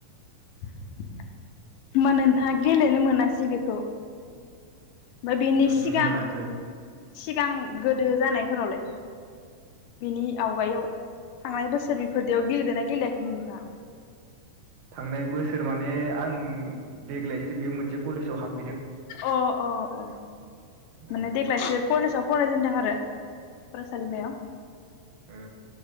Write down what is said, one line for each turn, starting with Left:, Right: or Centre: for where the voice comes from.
Left: होमबा नोंथाङा गेलेनो मोनासै बेखौ। ओमफ्राय बेनि
Right: ओमहो
Left: सिगां
Right: मोनासै
Left: सि सिगां गोदो जानायफोरावलाय बिनि आवगायाव थांनाय बोसोर बेफोरदियाव गेलेदोंना गेलेयाखैमोन नोंथाङा?
Right: थांनाय बोसोर माने आं देग्लायसो बे मोनसे कलेजाव हाब
Left: अ अ अ माने
Right: औ
Left: देग्लायसो कलेजाव फरायजेनदों आरो फरायसालिमायाव।
Right: ओ